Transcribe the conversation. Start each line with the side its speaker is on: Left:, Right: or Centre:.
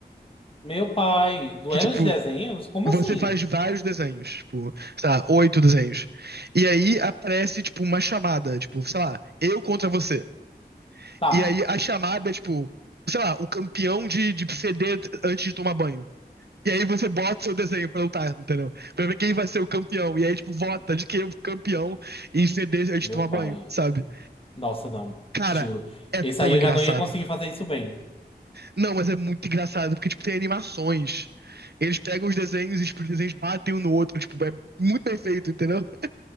Left: Meu pai, do
Right: que,
Left: Era
Right: tipo,
Left: de Desenhos? Como
Right: você
Left: assim?
Right: faz vários desenhos, tipo, sei lá, oito desenhos. E aí aparece, tipo, uma chamada, tipo, sei lá, eu contra você.
Left: Tá,
Right: E aí a chamada é, tipo, sei lá, o campeão de, de feder antes de tomar banho. E aí você bota seu desenho pra lutar, entendeu? Pra ver quem vai ser o campeão. E aí, tipo, vota de quem é o campeão em feder antes
Left: meu
Right: de tomar
Left: pai.
Right: banho, sabe?
Left: Nossa, não,
Right: Cara,
Left: juro.
Right: é
Left: Esse
Right: tão
Left: aí eu
Right: engraçado.
Left: já não ia conseguir fazer isso bem.
Right: Não, mas é muito engraçado, porque, tipo, tem animações. Eles pegam os desenhos e tipo, os desenhos batem um no outro, tipo, é muito bem feito, entendeu?